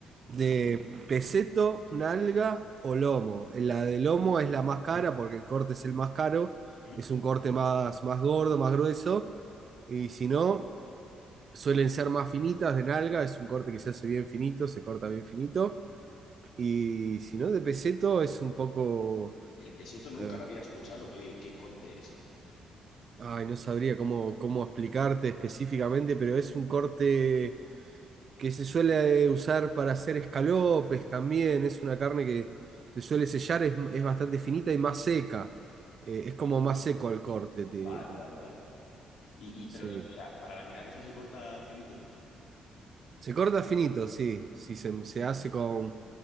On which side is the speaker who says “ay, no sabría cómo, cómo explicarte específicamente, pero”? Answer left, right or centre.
Right